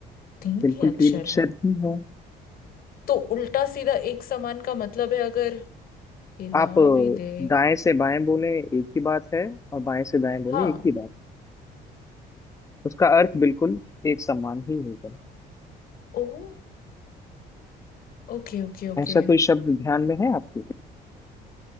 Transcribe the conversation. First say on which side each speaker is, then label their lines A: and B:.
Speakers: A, on the left (about 60°); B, on the left (about 20°).
A: तीन
B: बिल्कुल
A: ही अक्षर
B: तीन अक्षर
A: है
B: ही है
A: तो उल्टा सीधा एक समान का मतलब है अगर हिला
B: आप अ,
A: भी दे
B: दाएं से बाएं बोले एक ही बात है और बाएं से दाएं बोले
A: हाँ
B: एक ही बात उसका अर्थ बिल्कुल एक समान ही होगा
A: ओह ओके ओके ओके
B: ऐसा कोई शब्द ध्यान में है आपके